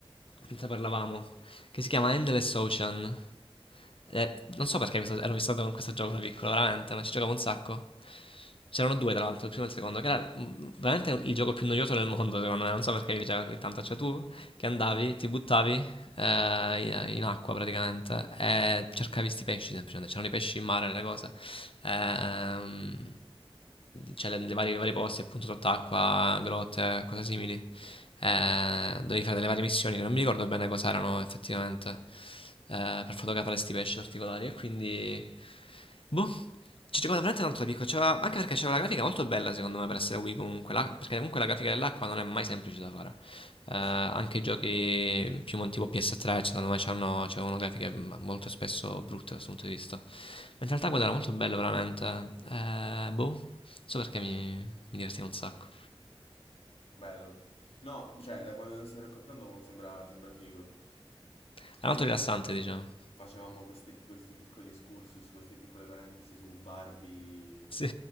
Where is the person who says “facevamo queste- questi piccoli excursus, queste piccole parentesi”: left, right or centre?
Left